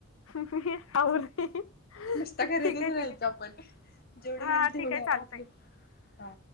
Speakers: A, on the left; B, on the left.
A: ह ह आवर ह ठीक
B: नुसता करतच
A: आहे
B: राहायचं
A: ठीक आहे
B: आपण जेवढं
A: हा
B: होईल तेवढं
A: ठीक आहे चालतंय
B: आपलं हा